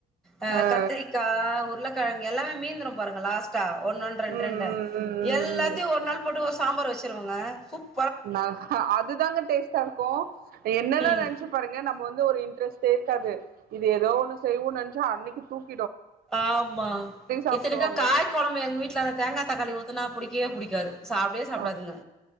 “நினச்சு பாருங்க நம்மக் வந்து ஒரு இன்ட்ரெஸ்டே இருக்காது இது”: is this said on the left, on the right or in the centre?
Right